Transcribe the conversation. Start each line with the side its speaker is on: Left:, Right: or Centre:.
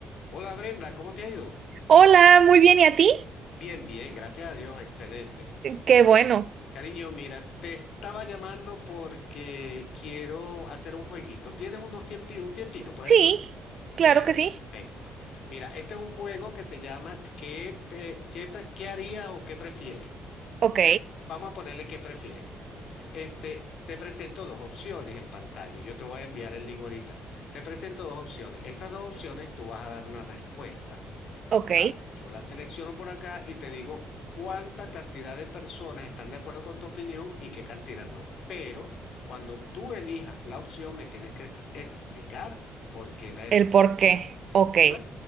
Left: Hola Brenda, ¿cómo te ha ido?
Right: Hola, muy bien, ¿y a ti?
Left: Bien, bien, gracias a Dios, excelente.
Right: Qué bueno.
Left: Cariño, mira, te estaba llamando porque quiero hacer un jueguito. ¿Tienes unos tiempi- un tiempito por
Right: Sí,
Left: ahí para...
Right: claro
Left: Perfecto.
Right: que sí.
Left: Mira, este es un juego que se llama ¿Qué, pe- qué, pre- qué harías o qué prefieres?
Right: Ok,
Left: ¿Qué- Vamos a ponerle qué prefieres. Este, te presento dos opciones en pantalla. Yo te voy a enviar el link ahorita. Te presento dos opciones. Esas dos opciones tú vas a dar una respuesta.
Right: ok.
Left: Ah, Yo la selecciono por acá y te digo cuánta cantidad de personas están de acuerdo con tu opinión y qué cantidad no. Pero cuando tú elijas la opción, me tienes que ex- explicar por qué la elegí.
Right: El por qué. Ok.
Left: ¿Iba?